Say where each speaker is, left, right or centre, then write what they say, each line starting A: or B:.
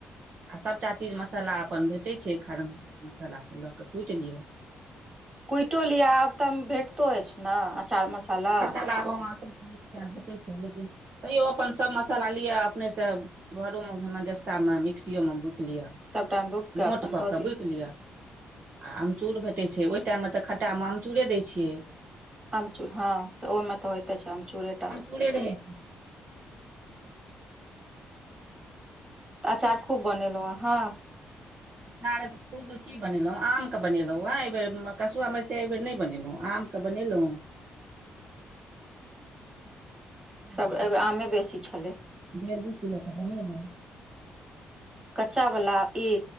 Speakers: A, on the right (about 50°); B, on the right (about 25°).
A: आ सभटा चीज मसाला अपन भेटैत छै खरम मसालासँ लऽ कऽ कुटि लिअ
B: कुटिओ लिअ आब तऽ भेटतो अछि न अचार मसाला
A: अ <unintelligible> <unintelligible> भेटै छै लेकिन तयो अपन सब मसाला लिअ अपने स घरो मे धमनजस्ता मे मिक्सियो में बुकि लिअ
B: सबटा बुक के
A: मोट
B: अपन
A: क
B: दऽ
A: के
B: दियौ
A: बुकि लिअ आ आमचूर भेटैत छै ओह टाइम मे त खटा मे अमचूरे दै छियै
B: आमचूर हँ से ओहि मे तऽ होयइते छै आमचूरे टा
A: पुरे <unintelligible>
B: तऽ अचार खूब बनेलहुँ अहाँ
A: <inaudible> खूब की बनेलहुँ आम क बनेलहुँ आँ एहिब बेर कसुआ मिरचाई एहि बेर न बनेलहुँ आम के बनेलहुँ <inaudible>
B: सब एहिबेर आमे बेसी छलै कच्चाावला ई